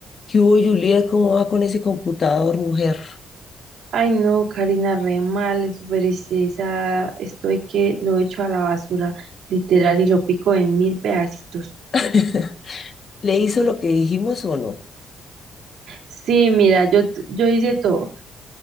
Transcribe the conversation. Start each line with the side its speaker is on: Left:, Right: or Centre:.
Left: ¿Qué hubo, Juliet? ¿Cómo va con ese computador, mujer?
Right: Ay, no, Karina, re mal, súper estresada. Estoy que lo echo a la basura, literal, y lo pico en mil pedacitos.
Left: <laughs> ¿Le hizo lo que dijimos o no?
Right: Sí, mira, yo, t- yo hice todo.